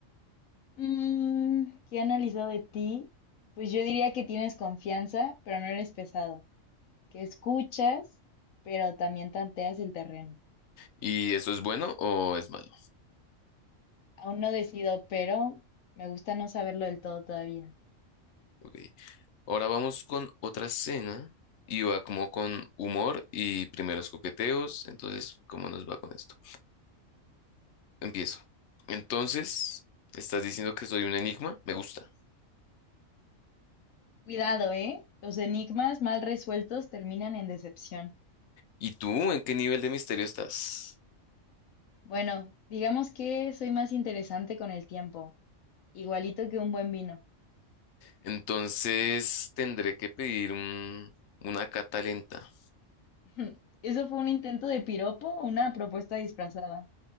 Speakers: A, on the left; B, on the left.
A: Mm, ¿qué he analizado de ti? Pues yo diría que tienes confianza, pero no eres pesado. Que escuchas, pero también tanteas el terreno.
B: ¿Y eso es bueno o es malo?
A: Aún no decido, pero me gusta no saberlo del todo todavía.
B: Ok. Ahora vamos con otra escena y va como con humor y primeros coqueteos. Entonces, ¿cómo nos va con esto? Empiezo. Entonces, estás diciendo que soy un enigma. Me gusta.
A: Cuidado, ¿eh? Los enigmas mal resueltos terminan en decepción.
B: ¿Y tú en qué nivel de misterio estás?
A: Bueno, digamos que soy más interesante con el tiempo, igualito que un buen vino.
B: Entonces, tendré que pedir un, una cata lenta.
A: <laughs> Eso fue un intento de piropo, o una propuesta disfrazada.